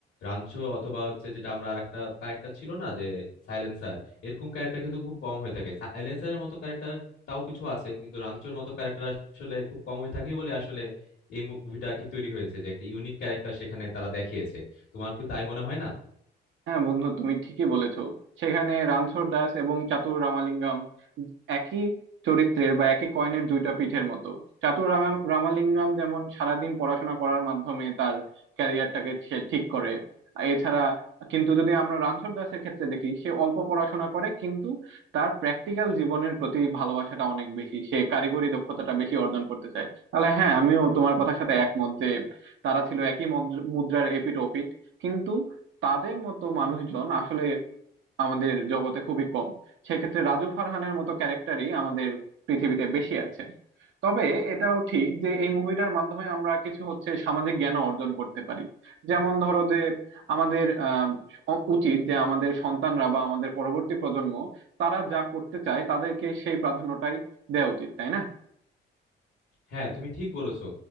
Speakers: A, on the left; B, on the right.
A: রাঞ্চো অথবা হচ্ছে যেটা আমরা আরেকটা ক্যারেক্টার ছিল না যে সাইলেন্সার এরকম ক্যারেক্টার কিন্তু খুব কম হয়ে থাকে সাইলেন্সারের মতো ক্যারেক্টার তাও কিছু আছে কিন্তু রাঞ্চোর মতো ক্যারেক্টার আসলে খুব কম হয়ে থাকে বলে আসলে এই মুভিটা আর কি তৈরি হয়েছে যে একটা ইউনিক ক্যারেক্টার সেখানে তারা দেখিয়েছে তোমার কি তাই মনে হয় না
B: হ্যাঁ বন্ধু তুমি ঠিকই বলেছো সেখানে রানছোড় দাস এবং চাতুর রামালিঙ্গম একই চরিত্রের বা একই কয়েনের দুইটা পিঠের মতো চাতুর রাঙা- রামালিঙ্গম যেমন সারাদিন পড়াশোনা করার মাধ্যমে তার ক্যারিয়ারটাকে সে ঠিক করে এছাড়া কিন্তু যদি আমরা রানছোড় দাসের ক্ষেত্রে দেখি সে অল্প পড়াশোনা করে কিন্তু তার প্র্যাকটিক্যাল জীবনের প্রতি ভালোবাসাটা অনেক বেশি সে কারিগরি দক্ষতাটা বেশি অর্জন করতে চায় তাহলে হ্যাঁ আমিও তোমার কথার সাথে একমত যে তারা ছিল একই মদ্র- মুদ্রার এপিঠ ওপিঠ কিন্তু তাদের মতো মানুষজন আসলে আমাদের জগতে খুবই কম সেক্ষেত্রে রাজু ফারহানের মতো ক্যারেক্টারই আমাদের পৃথিবীতে বেশি আছে তবে এটাও ঠিক যে এই মুভিটার মাধ্যমে আমরা কিছু হচ্ছে সামাজিক জ্ঞান অর্জন করতে পারি যেমন ধরো যে আমাদের আহ, অ- উচিত যে আমাদের সন্তানরা বা আমাদের পরবর্তী প্রজন্ম তারা যা করতে চায় তাদেরকে সেই প্রাধান্যটাই দেওয়া উচিত তাই না
A: হ্যাঁ তুমি ঠিক বলেছো